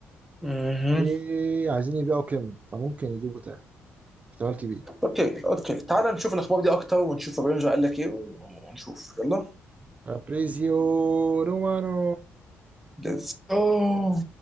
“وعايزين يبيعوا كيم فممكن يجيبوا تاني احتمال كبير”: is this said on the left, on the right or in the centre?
Right